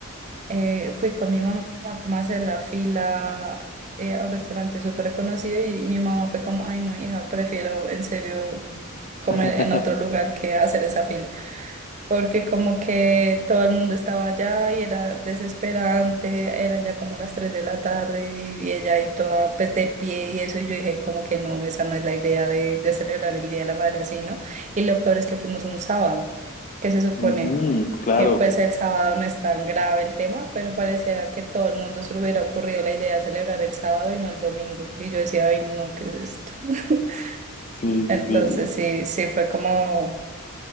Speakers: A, on the right (about 35°); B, on the left (about 35°).
A: eh, fui con mi mamá como a hacer la fila eh, a un restaurante súper conocido y mi mamá fue como, ay no, hija, prefiero en serio comer
B: <laughs>
A: en otro lugar que hacer esa fila porque como que todo el mundo estaba allá y era desesperante, eran ya como las 3 de la tarde y, y ella ahí toda pues de pie y eso, y yo dije como que no, esa no es la idea de, de celebrar el Día de la Madre así, ¿no? Y lo peor es que fuimos un sábado, que se supone
B: Ujú, claro,
A: que pues el sábado no es tan grave el tema, pero parecía que todo el mundo se le hubiera ocurrido la idea de celebrar el sábado y no el domingo, y yo decía, ay no, ¿qué es esto? <laughs>
B: sí, sí,
A: Entonces
B: sí.
A: sí, sí fue como